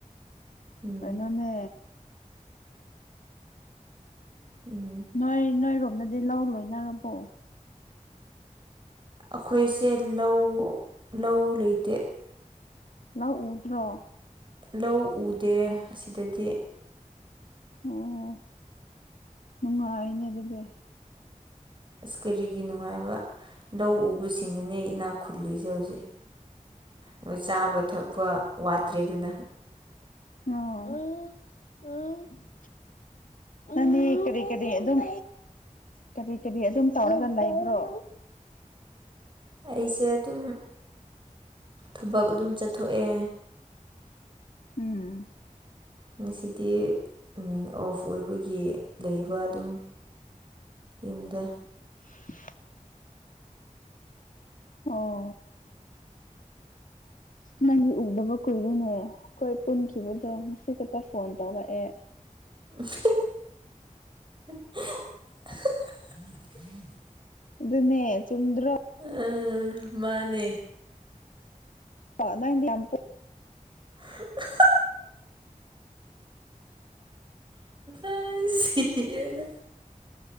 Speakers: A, on the right; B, on the left.
A: ꯎꯝ
B: ꯀꯥꯏꯅꯣꯅꯦ
A: ꯎꯝ
B: ꯅꯣꯏ ꯅꯣꯏꯔꯣꯝꯗꯗꯤ ꯂꯧ ꯂꯣꯏꯅꯔꯕꯣ
A: ꯑꯩꯈꯣꯏꯁꯦ ꯂꯧ ꯂꯧ ꯂꯩꯇꯦ
B: ꯂꯧ ꯎꯗ꯭ꯔꯣ
A: ꯂꯧ ꯎꯗꯦ ꯑꯁꯤꯗꯗꯤ
B: ꯑꯣ ꯅꯨꯡꯉꯥꯏꯅꯦ ꯑꯗꯨꯗꯤ
A: ꯑꯁ ꯀꯔꯤꯒꯤ ꯅꯨꯡꯉꯥꯏꯕ ꯂꯧ ꯎꯕꯁꯤꯡꯅꯅꯦ ꯑꯩ ꯏꯅꯥꯛ ꯈꯨꯜꯂꯤꯁꯦ ꯍꯧꯖꯤꯛ ꯃꯣꯏ ꯆꯥꯕ ꯊꯛꯄ ꯋꯥꯠꯇ꯭ꯔꯦ ꯑꯗꯨꯅ
B: ꯑꯣ ꯅꯪꯗꯤ ꯀꯔꯤ ꯀꯔꯤ ꯑꯗꯨ ꯑꯗꯨꯝ ꯀꯔꯤ ꯀꯔꯤ ꯑꯗꯨꯝ ꯇꯧꯔꯒ ꯂꯩꯕ꯭ꯔꯣ
A: ꯑꯩꯁꯦ ꯑꯗꯨꯝ ꯊꯕꯛ ꯑꯗꯨꯝ ꯆꯠꯊꯣꯛꯑꯦ
B: ꯎꯝ
A: ꯉꯁꯤꯗꯤ ꯑꯣꯐ ꯑꯣꯏꯕꯒꯤ ꯂꯩꯕ ꯑꯗꯨꯝ ꯌꯨꯝꯗ
B: <unintelligible> ꯑꯣ ꯅꯪꯒꯤ ꯎꯗꯕ ꯀꯨꯏꯔꯤꯅꯦ ꯑꯩꯈꯣꯏ ꯄꯨꯟꯈꯤꯕꯗꯣ ꯉꯁꯤ ꯈꯛꯇ ꯐꯣꯟ ꯇꯧꯔꯛꯑꯦ
A: <unintelligible>
B: ꯑꯗꯨꯅꯦ ꯆꯨꯝꯗ꯭ꯔꯣ
A: ꯑ ꯃꯥꯅꯦ
B: ꯑ ꯑꯥꯏꯗꯤ ꯌꯥꯝ
A: ꯍ <unintelligible> ꯑ ꯁꯤꯌꯦꯗ